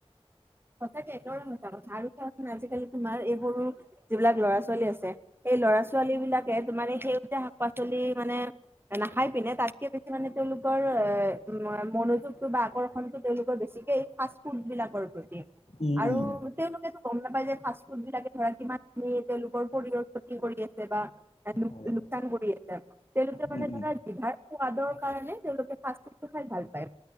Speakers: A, on the right; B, on the left.
A: সঁচাকে একদমে সঁচা কথা আৰু চোৱা চোন আজিকালি তোমাৰ এইবোৰো যিবিলাক ল'ৰা ছোৱালী আছে। সেই ল'ৰা ছোৱালী বিলাকে তোমাৰ এই সেউজীয়া শাক-পাচলি মানে নাখায় পিনে তাতকে বেছি মানে তেওঁলোকৰ এ, মনোযোগটো বা আকৰ্ষণটো তেওঁলোকৰ বেছিকেই ফাষ্ট ফুড্ বিলাকৰ ওপৰত। হু'
B: উম
A: আৰু
B: উম
A: তেওঁলোকেটো গম নাপায় যে ফাষ্ট ফুড্ বিলাকে ধৰা কিমান যে তেওঁলোকৰ শৰীৰৰ ক্ষতি কৰি আছে বা লোক
B: হয়
A: লোকচান কৰি আছে। তেওঁলোকে
B: উম
A: মানে
B: উম
A: ধৰা জিভাৰ সোৱাদৰ কাৰণে তেওঁলোকে ফাষ্ট ফুডটো খাই ভাল পায়।